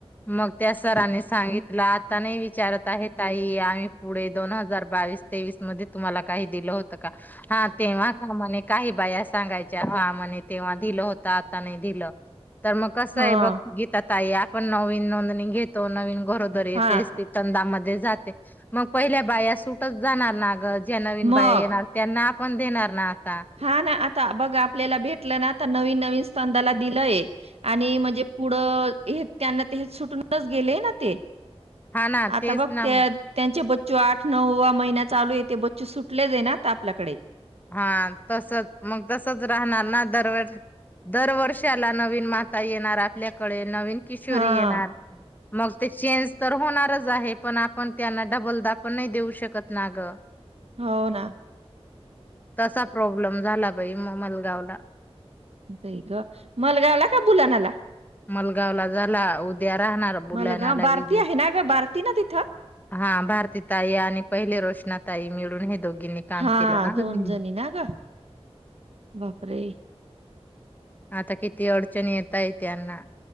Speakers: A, on the left; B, on the right.
A: मग त्या सरांनी सांगितलं आता नाही विचारत आहे आम्ही पुढे दोन हजार बावीस तेवीस मध्ये तुम्हाला काही दिलं होत हा तेव्हा का मने काही बाया सांगायच्या हा म्हणे तेव्हा दिलं होत आता नाही दिलं तर मग कसं
B: हा
A: आहे बघ गीतात तया पण नववीनो नि घयेतो नवीन घरोदरी येते
B: हा
A: असतील तंदामध्ये मग पहिल्या बाया सुट जाणार ना ज्या नवीन
B: मग
A: बाया येणार त्यांना पण देणार ना आता
B: हा ना आता बघ आपल्याला भेटलं ना आता नवीन नवीन स्ंदाला दिलंय आणि म्हणजे पुढं त्यांना ते सुटूनच गेलेय ना ते
A: हा ना
B: आता
A: तेच
B: बघ
A: ना
B: त्या
A: मग
B: त्यांचे ब ो आठ नऊ वा महिना चालू येते बच्चू सुटलेच आहे ना त आपल्याकडे
A: हा तसच मग तसच राहणार ना दरवर्ष दरवर्षाला नवीन माता येणार आपल्याकडे. नवीन किशोरी
B: हा
A: येणार. मग ते चेंज तर होणारच आहे, पण आपण त्यांना डबलदा पण नाही देऊ शकत ना ग.
B: हो ना.
A: तसा प्रॉब्लेम झाला बाई, मलगाव ला.
B: बाई ग मागवला का. बुला नाला.
A: मलगाव ला झाला, त्या राहणार, बुलाण्याला
B: मलगाव भारती
A: विजेट,
B: आहे ना ग भारती ना तिथं
A: हा भारती ताई आणि पहिले रोशना ताई मिळून. दोघींनी काम
B: हा
A: केलं ना ग.
B: दोन जणी ना ग, बापरे.
A: आता किती अडचणी येत. येत आहे त्यांना.